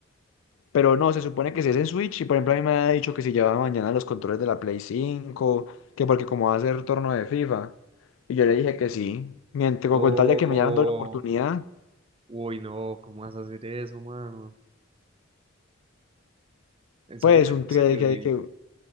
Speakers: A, on the left; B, on the right.
A: Pero no, se supone que si es en Switch, y por ejemplo a mí me ha dicho que si llevaba mañana los controles de la Play 5, que porque como va a ser torno de FIFA. Y yo le dije que sí, mientras
B: No.
A: con tal de que me hayan dado la oportunidad,
B: Uy, no, ¿cómo vas a hacer eso, mano? ¿En
A: pues
B: serio le
A: un
B: dijiste
A: que,
B: que
A: que,
B: sí?
A: que,